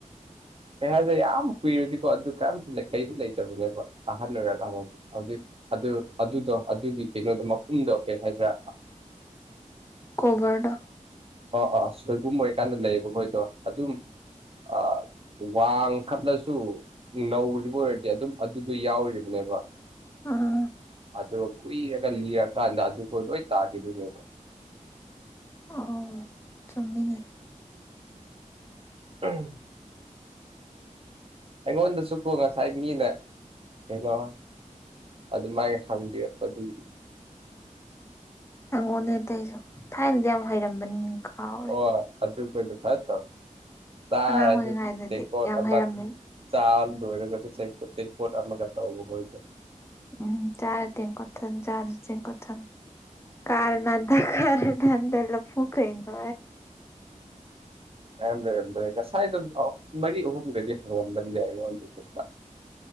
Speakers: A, on the right; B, on the left.
A: ꯀꯩ ꯍꯥꯏꯁꯦ ꯌꯥꯝ ꯀꯨꯏꯔꯗꯤꯀꯣ ꯑꯗꯨ ꯀꯝꯁꯨ ꯀꯩꯁꯨ ꯂꯩꯇꯕꯅꯦꯕ ꯑꯍꯜ ꯑꯣꯏꯔꯀꯥꯟꯗꯗꯤ ꯍꯧꯖꯤꯛ ꯑꯗꯨ ꯑꯗꯨꯗꯣ ꯑꯗꯨꯒꯤ ꯀꯩꯅꯣꯗꯣ ꯃꯈꯨꯝꯗꯣ ꯀꯩ ꯍꯥꯏꯗ꯭ꯔꯥ
B: ꯀꯣꯚꯔꯗ
A: ꯑꯥ ꯑꯥ ꯁꯣꯏꯕꯨꯝ ꯑꯣꯏꯔꯀꯥꯟꯗ ꯂꯩꯌꯦꯕ ꯃꯣꯏꯗꯣ ꯑꯗꯨꯝ ꯑ ꯋꯥꯡꯈꯠꯂꯁꯨ ꯅꯧꯔꯤꯕ ꯑꯣꯏꯔꯗꯤ ꯑꯗꯨꯝ ꯑꯗꯨꯗꯣ ꯌꯥꯎꯔꯤꯕꯅꯦꯕ
B: ꯑ
A: ꯑꯣ ꯀꯨꯏꯔꯒ ꯂꯤꯔꯀꯥꯟꯗ ꯑꯗꯨꯕꯨ ꯂꯣꯏ ꯇꯥꯈꯤꯗꯨꯣꯏꯅꯦꯕ
B: ꯑ ꯆꯨꯝꯃꯤꯅꯦ
A: ꯎꯝ ꯑꯩꯉꯣꯟꯗꯁꯨꯀꯣ ꯉꯁꯥꯏ ꯃꯤꯅ ꯀꯩꯅꯣ ꯑꯗꯨ ꯃꯥꯏ ꯍꯪꯕꯤꯔꯛꯄꯗꯨꯒꯤ
B: ꯑꯩꯪꯉꯣꯟꯅꯦ ꯑꯇꯩꯁꯨ ꯊꯥꯏꯅꯗꯤ ꯌꯥꯝꯨꯛ ꯍꯩꯔꯝꯕꯅꯤꯅꯦ ꯀꯥꯎꯔꯦ
A: ꯑꯣ ꯑꯄ ꯊꯥꯏ ꯇꯥꯔ
B: ꯑꯉꯥꯡ ꯑꯣꯏꯔꯤꯉꯩꯗꯗꯤ
A: ꯆꯥ ꯗꯀ
B: ꯌꯥꯝ ꯍꯩꯔꯝꯃꯦꯕ
A: ꯆꯥꯜ ꯂꯣꯏꯔꯁ ꯇꯩ ꯀꯠ ꯑꯃ ꯑꯦꯗ
B: ꯎꯝ ꯆꯥ ꯇꯤꯟ ꯀꯊꯦꯜ ꯆꯥ ꯑꯗꯨ ꯇꯤꯟ ꯀꯊꯦꯜ ꯀꯥꯅꯥꯙ ꯀ ꯗꯦꯂ ꯐꯨꯀꯩꯅ
A: ꯉꯔ ꯂꯩꯔꯝꯗ꯭ꯔꯦ ꯉꯁꯥꯏꯗꯣ ꯃꯔꯤ ꯑꯍꯨꯝꯒꯗꯤ ꯍꯪꯂꯝꯕꯅꯤꯗ ꯑꯩꯉꯣꯟꯗ ꯀ